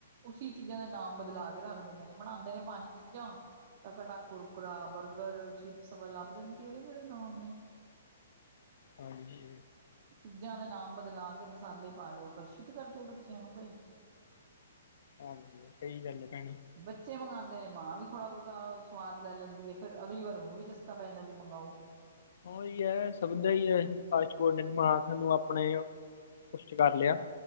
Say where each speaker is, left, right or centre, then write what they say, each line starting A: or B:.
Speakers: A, on the right; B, on the left.
A: ਉਸੀ ਚੀਜ਼ਾਂ ਦੇ ਨਾਮ ਬਦਲਾਕੇ ਰੱਖ ਦਿੰਦੇ ਨੇ, ਬਣਾਂਦੇ ਨੇ ਪੰਜ ਚੀਜ਼ਾਂ। ਟਕਾਟਕ, ਕੁਰਕੁਰਾ, ਬਰਗਰ, ਚਿਪਸ ਵਾਲਾ ਪਤਾ ਨੀ ਕਿਹੜੇ-ਕਿਹੜੇ ਨਾਮ ਨੇ।
B: ਹਾਂਜੀ।
A: ਚੀਜ਼ਾਂ ਦੇ ਨਾਮ ਬਦਲਾਕੇ, ਮਸਾਲੇ ਪਾਕੇ ਆਕਰਸ਼ਿਤ ਕਰਦੇ ਬੱਚਿਆਂ ਨੂੰ ਭਾਈ।
B: ਹਾਂਜੀ, ਸਹੀ ਗੱਲ ਏ ਭੈਣੇ।
A: ਬੱਚੇ ਮੰਗਾਂਦੇ ਨੇ ਮਾਂ ਵੀ ਥੋੜਾ-ਬਹੁਤਾ ਸਵਾਦ ਲੈ ਲੈਂਦੀ ਏ ਫਿਰ, ਅਗਲੀ ਵਾਰ ਉਹਨੂੰ ਵੀ ਚਸਕਾ ਪੈ ਜਾਂਦਾ ਵੀ ਮੰਗਾਓ।
B: ਉਹੀ ਹੈ, ਸਭ ਦਾ ਹੀ ਐ, ਫਾਸਟ-ਫੂਡ ਨੇ ਦਿਮਾਗ ਨੂੰ ਆਪਣੇ <inaudible> ਵਸ'ਚ ਕਰ ਲਿਆ।